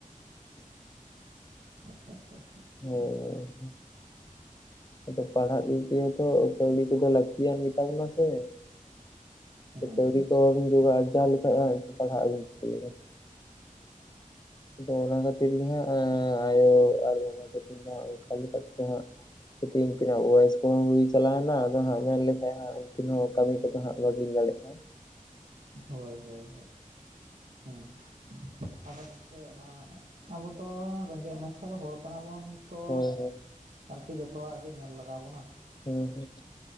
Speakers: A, on the left (about 30°); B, on the right (about 60°).
A: <unintelligible>
B: ᱟᱪᱪᱷᱟ ᱟᱪᱪᱷᱟ ᱟᱪᱪᱷᱟ ᱟᱪᱪᱷᱟ
A: ᱦᱳᱭ
B: <inaudible>
A: ᱟᱫᱚ ᱯᱟᱲᱦᱟᱜ ᱫᱤᱠ ᱫᱤᱭᱮ ᱛᱚ ᱠᱟᱹᱣᱰᱤ ᱠᱚᱫᱚ ᱞᱟᱹᱠᱛᱤᱭᱟᱱ ᱜᱮᱛᱟ ᱵᱚᱱᱟ ᱥᱮ
B: ᱦᱮᱸ
A: ᱠᱟᱹᱣᱰᱤ
B: ᱦᱮᱸ
A: ᱠᱚ ᱡᱚᱜᱟᱣ ᱟᱨᱡᱟᱣ ᱞᱮᱠᱷᱟᱱ ᱯᱟᱲᱦᱟᱜ ᱟᱹᱵᱤᱱ ᱪᱤᱠᱟᱹ ᱞᱮᱠᱟᱛᱮ ᱟᱫᱚ ᱚᱱᱟ ᱠᱷᱟᱹᱛᱤᱨ ᱜᱮ ᱦᱟᱸᱜ ᱮᱸ ᱟᱭᱳ ᱟᱨ ᱵᱟᱵᱟ ᱛᱟᱹᱠᱤᱱ ᱫᱚ ᱦᱟᱸᱜ ᱠᱟᱹᱢᱤ ᱠᱟᱡ ᱠᱚᱸ ᱦᱟᱸᱜ ᱠᱟᱹᱴᱤᱡ ᱩᱱᱠᱤᱱᱟᱜ ᱵᱚᱭᱮᱥ ᱠᱚᱦᱚᱸ ᱦᱩᱭ ᱪᱟᱞᱟᱣᱮᱱᱟ ᱟᱫᱚ ᱦᱟᱸᱜ ᱢᱮᱱ ᱞᱮᱠᱷᱟᱡ ᱦᱟᱸᱜ ᱩᱱᱠᱤᱱ ᱦᱚᱸ ᱠᱟᱹᱢᱤ ᱠᱚᱫᱚ ᱦᱟᱸᱜ ᱵᱟᱹᱜᱤᱱ ᱫᱟᱲᱮ <inaudible>
B: ᱦᱳᱭ ᱦᱳᱭᱦᱳᱭ ᱦᱮᱸ ᱟᱫᱚ ᱜᱚᱢᱠᱮ ᱚᱱᱟ ᱟᱵᱚ ᱫᱚ ᱨᱮᱸᱜᱮᱡᱽ ᱱᱟᱪᱟᱨ ᱦᱚᱲ ᱠᱟᱱᱟᱵᱚᱱ ᱛᱚ
A: ᱦᱳᱭ
B: ᱟᱨᱠᱤ ᱡᱚᱛᱚᱣᱟᱜ ᱜᱮ ᱧᱮᱞ ᱞᱟᱜᱟᱣ ᱵᱚᱱᱟ
A: ᱦᱮᱸ ᱦᱮᱸ